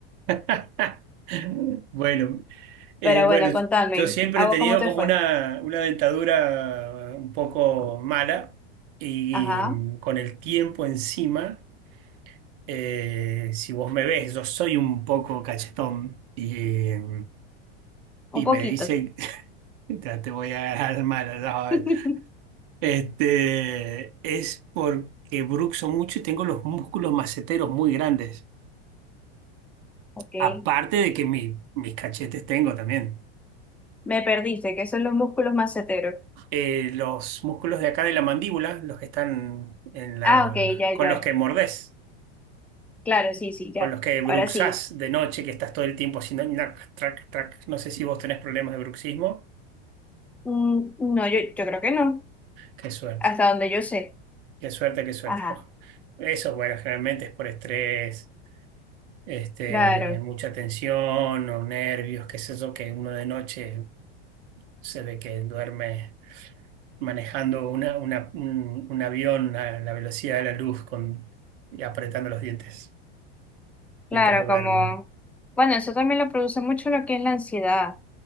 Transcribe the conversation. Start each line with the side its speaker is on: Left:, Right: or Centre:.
Right: <laughs> Bueno, Eh,
Centre: Pero
Right: bueno,
Centre: bueno, contame,
Right: yo siempre
Centre: ¿a
Right: he
Centre: vos
Right: tenido
Centre: cómo te
Right: como
Centre: fue?
Right: una, una dentadura un poco mala y,
Centre: Ajá,
Right: con el tiempo encima, eh, si vos me ves, yo soy un poco cachetón y, eh,
Centre: un
Right: y
Centre: poquito.
Right: me dicen, <laughs> ya te voy a agarrar mala, ya vas
Centre: <laughs>
Right: a ver". Este, es porque bruxo mucho y tengo los músculos maceteros muy grandes,
Centre: Ok,
Right: aparte de que mi- mis cachetes tengo también.
Centre: me perdiste, que son los músculos maceteros.
Right: eh, los músculos de acá de la mandíbula, los que están en la,
Centre: Ah, ok, ya,
Right: con
Centre: ya.
Right: los que mordés,
Centre: Claro, sí, sí, ya.
Right: con los que bruxás
Centre: Ahora sí.
Right: de noche, que estás todo el tiempo haciendo nac, trac, trac. No sé si vos tenés problemas de bruxismo.
Centre: Mm, no, yo, yo creo que no,
Right: Qué suerte,
Centre: hasta donde yo sé.
Right: qué suerte, qué suerte.
Centre: Ajá,
Right: ojo. Eso, bueno, generalmente es por estrés, este,
Centre: claro,
Right: mucha tensión o nervios, qué es eso que uno de noche se ve que duerme manejando una, una- un, un avión a la velocidad de la luz con, y apretando los dientes. mientras
Centre: claro,
Right: duerme.
Centre: como... Bueno, eso también lo produce mucho lo que es la ansiedad,